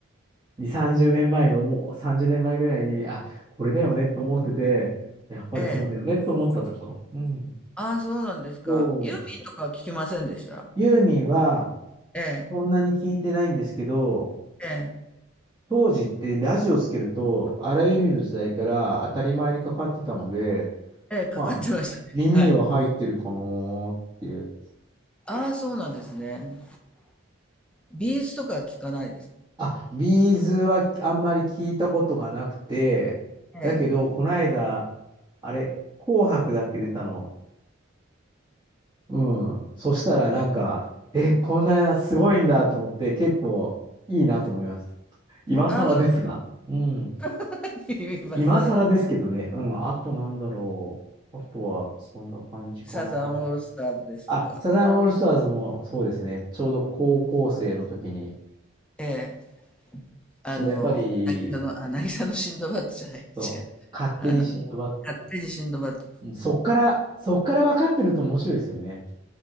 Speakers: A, on the right; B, in the centre.
A: 2、30年前に思う、30年前ぐらいに、あ、これだよねと思ってて、やっぱりそうだよねと思ったところ。
B: ええ。
A: うん。
B: あ、そうなんですか。
A: そう。
B: ユーミンとかは聞きませんでした
A: ユーミンは、
B: ええ、
A: そんなに聞いてないんですけど、
B: ええ、
A: 当時ってラジオつけると、荒井由実の時代から当たり前にかかってたので、
B: ええ、かかってましたね。
A: まあ、耳には入ってるかなーっていう。
B: はい。ああ、そうなんですね。ビーズとかは聞かないですか。
A: あ、ビーズはあんまり聞いたことがなくて、だけど、
B: ええ。
A: この間、あれ、紅白だっけ出たの、うん。そしたらなんか、え、こんなすごいんだと思って、結構いいなと思います。今更ですが。
B: ああ、そう。
A: うん。
B: <laughs> 今更です。
A: 今更ですけどね。うん。あとなんだろう。あとは、そんな感じかな。
B: サザンオールスターズですとか、
A: あ、サザンオールスターズもそうですね。ちょうど高校生の時に、
B: ええ、あの、
A: そう、やっぱり、
B: 渚の、あ、渚のシンドバッドじゃない、
A: そう、
B: 違う。
A: 勝手にシンドバッド。
B: あの、勝手にシンドバッド。
A: うんそっから、そっから分かってると面白いですよね。